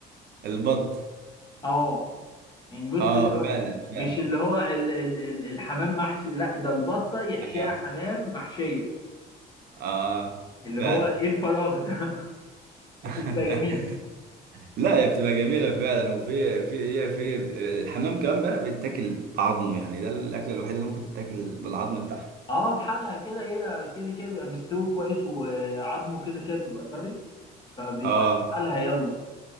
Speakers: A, on the right; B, on the left.
A: البط
B: اه يعني بص
A: اه
B: اللي هو
A: فعلا فعلا
B: مش اللي هو ال ال ال الحمام محشي لا ده البطه يحشيها
A: اه,
B: حمام محشيه
A: آه
B: اللي
A: فعلا
B: هو ايه الفراغ ده <laughs>
A: <laughs>
B: بس بتبقى جميله
A: لا هي بتبقى جميله فعلا وفي في هي في الحمام كمان بقى بيتاكل بعظمه يعني ده الاكله الوحيده اللي ممكن تتاكل بالعظم بتاعها
B: اه بحالها كده هي كده كده بيبقى مستوي كويس وعظمه كده كده بيبقى طري فبيبقى
A: اه
B: بحالها يلا